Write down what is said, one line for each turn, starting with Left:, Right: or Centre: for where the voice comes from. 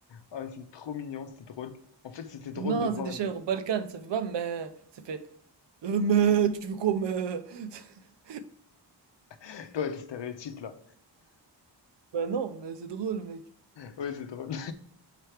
Left: ah, ouais, c'est trop mignon, c'était drôle. En fait, c'était drôle
Right: Non,
Left: de voir
Right: c'est des chèvres
Left: des...
Right: Balkans, ça fait pas mais, ça fait euh, mais, tu veux quoi mais? <laughs>
Left: <laughs> Toi, tes stéréotypes là.
Right: Bah non, mais c'est drôle, mec.
Left: Ouais, c'est drôle.